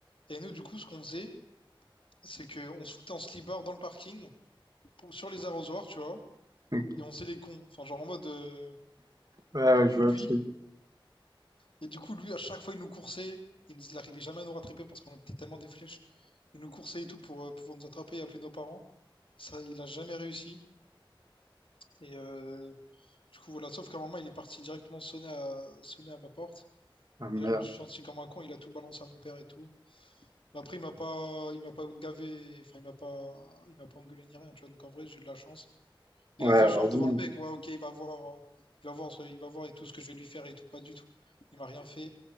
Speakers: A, on the left; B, on the right.
A: Et nous, du coup, ce qu'on faisait, c'est que on se foutait en slibard dans le parking, pour- sur les arrosoirs, tu vois,
B: Ok.
A: et on faisait les cons. Enfin, genre en mode. euh,
B: Ouais,
A: Et du
B: ouais,
A: coup,
B: je vois
A: lui,
B: le truc.
A: et du coup, lui, à chaque fois, il nous coursait. Il nous- il arrivait jamais à nous rattraper parce qu'on était tellement des flèches. Il nous coursait et tout pour euh, pouvoir nous attraper et appeler nos parents. Ça, il a jamais réussi. Et euh, du coup, voilà. Sauf qu'à un moment, il est parti directement sonner à, sonner à ma porte.
B: Ah, merde.
A: Et là, je me suis senti comme un con. Il a tout balancé à mon père et tout. Mais après, il m'a pas, il m'a pas gavé. Enfin, il m'a pas, il m'a pas engueulé ni rien. Tu vois. Donc en vrai, j'ai de la chance. Il
B: Ouais,
A: a fait genre
B: heureusement.
A: devant le mec. Ouais, ok, il va voir, euh, il va voir, ce- il va voir et tout ce que je vais lui faire et tout. Pas du tout. Il m'a rien fait.